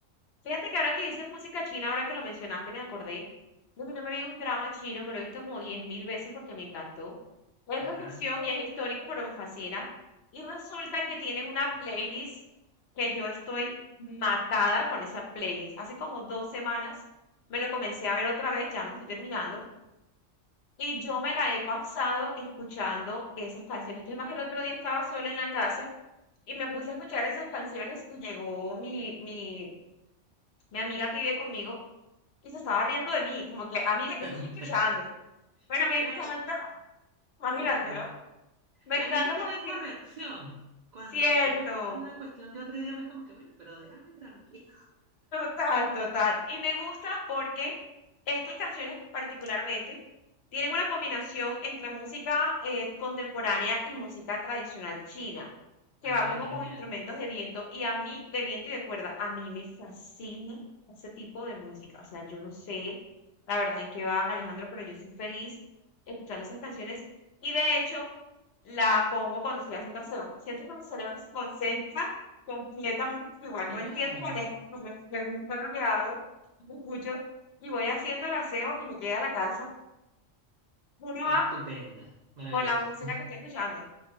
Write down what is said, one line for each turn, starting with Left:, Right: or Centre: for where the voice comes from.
Left: Fíjate que ahora que dices música china, ahora que lo mencionaste, me acordé de que yo me vi un drama chino, me lo he visto como diez mil veces porque me encantó. Es
Right: Ajá.
Left: de ficción y es histórico, pero me fascina. Y resulta que tienen una playlist que yo estoy matada con esa playlist. Hace como dos semanas me lo comencé a ver otra vez, ya me lo estoy terminando. Y yo me la he pasado escuchando esas canciones. Que es más, el otro día estaba sola en la casa y me puse a escuchar esas canciones y llegó mi, mi, mi amiga que vive conmigo, y se estaba riendo de mí, como que, amiga, ¿qué
Right: <laughs>
Left: estás escuchando? Bueno, me
Right: Era-
Left: encanta, <laughs> imagínate,
Right: Claro.
Left: ¿no? Me
Right: La
Left: encanta
Right: gente tiene
Left: porque,
Right: esa reacción. Cuando
Left: cierto,
Right: uno escucha una cuestión de otro idioma, es como que, bueno, pero déjame tranquilo.
Left: Total, total. Y me gusta porque estas canciones particularmente tienen una combinación entre música eh, contemporánea y música tradicional china, que
Right: Ay,
Left: va como
Right: qué
Left: con
Right: genial.
Left: instrumentos de viento y a mí, de viento y de cuerda, a mí me fascina ese tipo de música. O sea, yo no sé la verdad en qué va Alejandro, pero yo soy feliz escuchando esas canciones y de hecho la pongo cuando estoy haciendo acción. Siento que mi cerebro se concentra completamente igual.
Right: Claro,
Left: No entiendo la letra, pero me, me gusta lo que hago, no lo escucho y voy haciendo el aseo y me queda a la casa. Uno
Right: estupenda,
Left: va
Right: maravillosa.
Left: con la música que estoy escuchando.